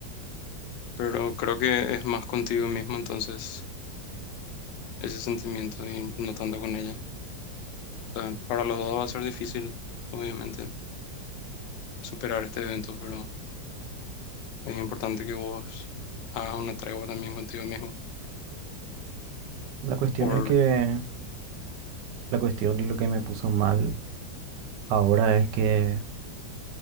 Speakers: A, on the left; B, on the right.
A: Pero creo que es más contigo mismo entonces ese sentimiento y no tanto con ella. O sea, para los dos va a ser difícil, obviamente, superar este evento, pero... Es importante que vos hagas una tregua también contigo mismo.
B: La cuestión
A: Por,
B: es que, la cuestión y lo que me puso mal ahora es que